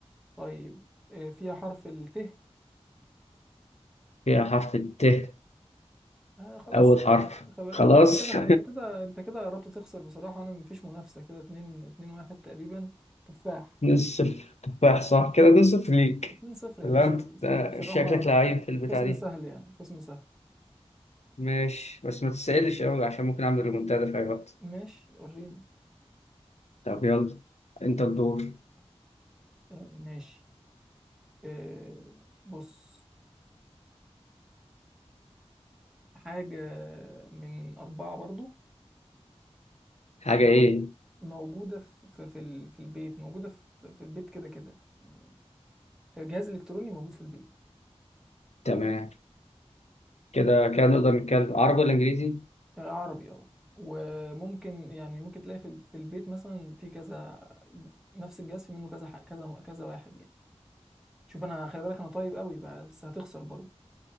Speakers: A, in the centre; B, on the left.
A: طيب آه، فيها حرف الت
B: فيها حرف الت
A: آه خلاص
B: اول حرف
A: خل...
B: خلاص
A: آه، انت كده انت كده انت كده قربت تخسر بصراحة انا مفيش منافسة كده اتنين اتنين واحد تقريبا تفاح
B: <laughs> نصف تفاح صح كده نصف ليك
A: اتنين صفر يا
B: ولا
A: باشا
B: انت آه،
A: انت بصراحة
B: شكلك لعيب في البتاع
A: خصم
B: دي
A: سهل يعني خصم سهل
B: ماشي بس ما تسألش قوي عشان ممكن اعمل ريمونتادا في اي وقت
A: ماشي وريني
B: طب يلا انت الدور
A: آه ماشي آه بص حاجة من أربعة برضو
B: حاجة
A: مو-
B: ايه
A: موجودة في في في ال- في البيت موجودة في في البيت كده كده يعني جهاز إلكتروني موجود في البيت
B: تمام كده كده نقدر نتكلم عربي ولا انجليزي
A: آه، عربي اه وممكن يعني ممكن تلاقي في ال- في البيت مثلا في كذا نفس الجهاز في منه كذا ح- كذا كذا واحد يعني شوف انا خلي بالك انا طيب قوي بس هتخسر برضه